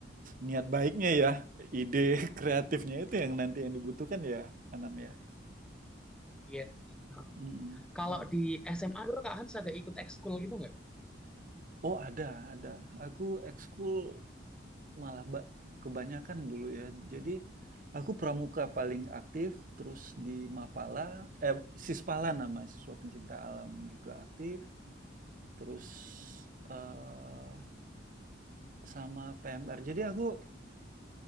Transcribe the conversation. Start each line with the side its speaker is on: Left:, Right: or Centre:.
Right: niat baiknya ya, ide <laughs> kreatifnya itu yang nanti yang dibutuhkan ya, Anam ya?
Centre: Iya sih. Nah,
Right: Mhm,
Centre: Kalau
Right: mhm.
Centre: di SMA dulu Kak Hans ada ikut ekskul gitu nggak?
Right: Oh ada ada. Aku ekskul malah ba kebanyakan dulu ya. Jadi, aku pramuka paling aktif, terus di Mapala eh, Sispala namanya, Siswa Pencinta Alam juga aktif. terus eh, sama PMR. Jadi aku